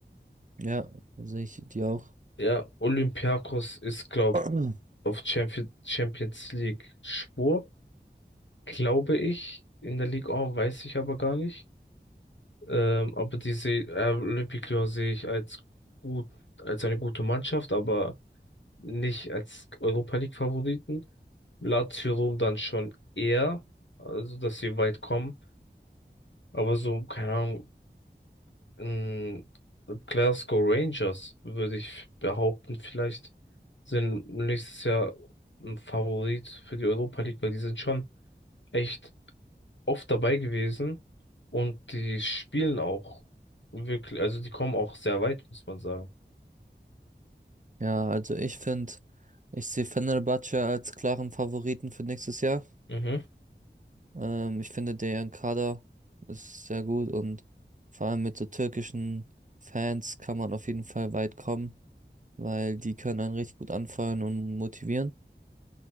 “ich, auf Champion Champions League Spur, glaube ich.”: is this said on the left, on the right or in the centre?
Left